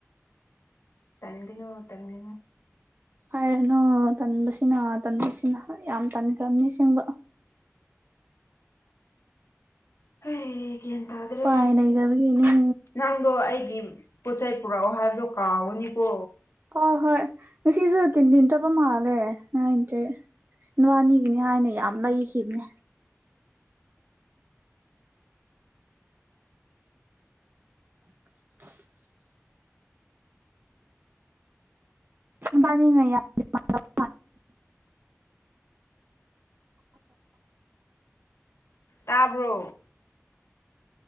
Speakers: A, on the left; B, on the right.
A: ꯇꯟꯒꯅꯨ ꯇꯟꯒꯅꯨ
B: ꯍꯥꯏꯔꯅꯣ ꯇꯟꯕꯁꯤꯅ ꯇꯟꯕꯁꯤꯅ ꯌꯥꯝ ꯇꯟꯈ꯭ꯔꯝꯅꯤ ꯑꯁꯦꯡꯕ
A: ꯍꯩ ꯒ꯭ꯌꯟ ꯇꯥꯗ꯭ꯔꯦ
B: ꯎꯄꯥꯏ ꯂꯩꯇꯕꯒꯤꯅꯤ
A: ꯅꯪꯗꯣ ꯑꯩꯒꯤꯝ ꯄꯣꯠ ꯆꯩ ꯄꯨꯔꯑꯣ ꯍꯥꯏꯕꯗꯣ ꯀꯥꯎꯒꯅꯤꯀꯣ
B: ꯍꯣꯏ ꯍꯣꯏ ꯉꯁꯤꯖꯨ ꯀꯤꯟꯗꯤꯟ ꯆꯠꯄ ꯃꯥꯜꯂꯦ ꯅꯣꯏ ꯆꯦ ꯅꯨꯋꯥꯅꯤꯒꯤꯅꯤ ꯍꯥꯏꯅ ꯌꯥꯝ ꯂꯩꯈꯤꯕꯅꯦ <unintelligible> ꯕꯥꯅꯤꯅ ꯌꯥꯝ <unintelligible>
A: ꯇꯥꯕ꯭ꯔꯣ